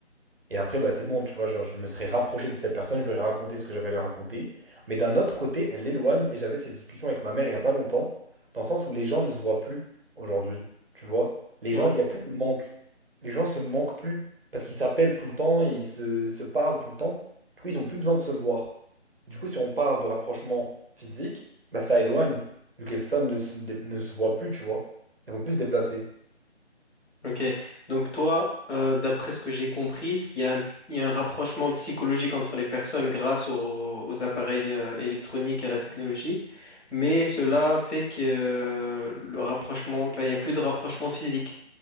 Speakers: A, on the right (about 55°); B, on the left (about 85°).
A: Et après, bah, c'est bon, tu vois, genre, je me serais rapproché de cette personne, je lui aurais raconté ce que j'avais à lui raconter. Mais d'un autre côté, elle l'éloigne et j'avais cette discussion avec ma mère il n'y a pas longtemps, dans le sens où les gens ne se voient plus aujourd'hui, tu vois. Les
B: Ouais.
A: gens, il n'y a plus de manque. Les gens se manquent plus parce qu'ils s'appellent tout le temps et ils se, se parlent tout le temps. Du coup, ils n'ont plus besoin de se voir. Du coup, si on parle de rapprochement physique, bah, ça éloigne, vu que les personnes ne se, ne se voient plus, tu vois. Elles vont plus se déplacer.
B: Ok, donc toi, euh, d'après ce que j'ai compris, s- il y a un, il y a un rapprochement psychologique entre les personnes grâce aux, aux appareils euh, électroniques et à la technologie, mais cela fait que euh, le rapprochement, enfin, il n'y a plus de rapprochement physique,